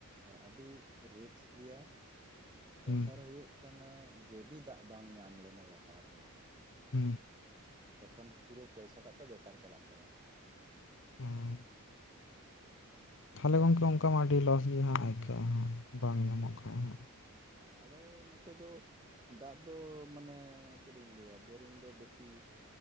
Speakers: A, on the right; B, on the left.
A: ᱟᱨ ᱟᱹᱰᱤ ᱨᱤᱠᱥ ᱜᱮᱭᱟ᱾ ᱟᱨ
B: ᱦᱩᱸ
A: ᱫᱚᱥᱟᱨ ᱦᱤᱞᱳᱜ ᱠᱟᱱᱟ ᱡᱚᱫᱤ ᱫᱟᱜ ᱵᱟᱝ ᱧᱟᱢ ᱞᱮᱱᱟ ᱞᱟᱛᱟᱨ ᱨᱮ
B: ᱦᱩᱸ᱾
A: ᱛᱚᱠᱷᱚᱱ ᱯᱩᱨᱟᱹ ᱯᱚᱭᱥᱟᱴᱟᱜ ᱫᱚ ᱵᱮᱠᱟᱨ ᱪᱟᱞᱟᱜ ᱛᱟᱭᱟ᱾
B: ᱦᱩᱸ᱾
A: ᱦᱩᱸ᱾
B: ᱛᱟᱦᱚᱞᱮ ᱜᱚᱢᱠᱮ ᱚᱱᱠᱟ ᱢᱟ ᱟᱹᱰᱤ ᱞᱚᱥ ᱜᱮ ᱦᱟᱸᱜ ᱟᱹᱭᱠᱟᱹᱜᱼᱟ ᱦᱟᱸᱜ ᱵᱟᱝ ᱧᱟᱢᱚᱜ ᱠᱷᱟᱱ ᱦᱟᱜ᱾
A: ᱟᱨ ᱟᱞᱮ ᱱᱚᱛᱮ ᱫᱚ ᱫᱟᱜ ᱫᱚ ᱢᱟᱱᱮ ᱪᱮᱫ ᱤᱧ ᱞᱟᱹᱭᱟ ᱵᱳᱨᱤᱝ ᱫᱚ ᱵᱮᱥᱤ